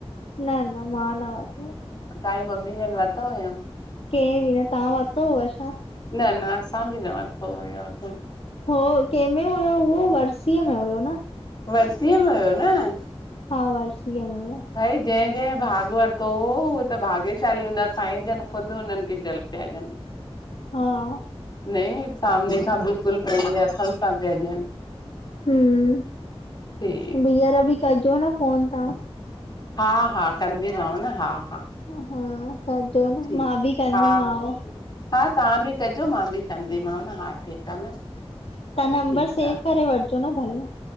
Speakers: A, on the left (about 70°); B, on the left (about 45°).
A: न -न मां न वतो --
B: अंउं तहांजी मम्मी जन वरतो हुयंउं?
A: केंहे बि न, तहां वरितो हुव छा?
B: न न असां बि न वरितो हुयोसीं।
A: हो कंहिंमें हुयो, उहो वर्सीअ में हुयो न।
B: वर्सीअ में हुयो न।
A: हा वर्सीअ में हुयो।
B: भाई जंहिं -जंहिं भाग वरितो हो उहे त भाग्यशाली हूंदा साईं जनि ख़ुदि उन्हनि खे जल पिया ॾियन।
A: हा --
B: नई सामने खां बिल्कुलु पहिंजे हथन सां पिया ॾियन।
A: हम्म --
B: ऐं --
A: ॿीहर बि कजो न फ़ोन तहां।
B: हा -हा कंदीमांव न हा -हा।
A: हा कजो न
B: ठीकु
A: मां बि कंदीमांव।
B: हा हा तव्हां बि कजो, मां बि कंदीमांव न हा। ठीकु आहे न
A: तहां नंबर
B: ठीकु
A: सेव
B: आहे
A: करे वठिजो न भले।